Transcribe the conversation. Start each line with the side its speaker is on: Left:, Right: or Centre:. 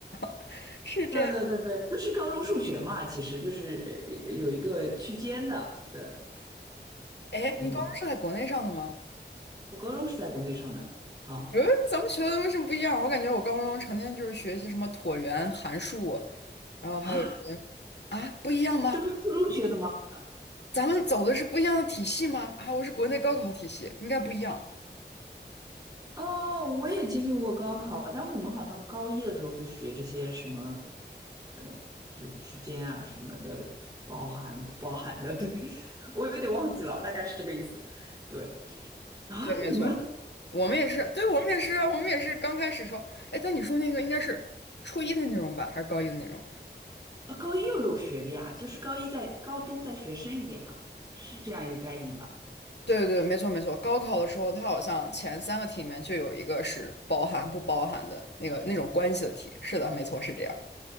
Left: <laughs> 是这样。
Right: 对对对对，就是高中数学嘛，其实就是呃有一个区间的，对，
Left: 哎，
Right: 嗯，
Left: 你高中是在国内上的吗？
Right: 我高中是在国内上的啊
Left: 嗯，咱们学的为什么不一样？我感觉我高中成天就是学习什么椭圆、函数，然后还有什么啊，
Right: 啊，
Left: 不一样吗？
Right: 这不是初中学的吗？
Left: 咱们走的是不一样的体系吗？啊，我是国内高考体系，应该不一样。
Right: 哦，我也经历过高考，但我们好像高一的时候就学这些什么，呃，就区间啊什么的，就包含不包含的，对，<laughs> 我有点忘记了，大概是这个意思。对啊，
Left: 对，没错，
Right: 你们
Left: 我们也是，对，我们也是啊，我们也是刚开始时候，哎，但你说那个应该是初一的内容吧，还是高一的内容？
Right: 呃高一又有学的呀？就是高一在高中再学深一点嘛，是这样一个概念吧？
Left: 对对对，没错没错。高考的时候，它好像前三个题里面就有一个是包含不包含的那个那种关系的题。是的，没错，是这样。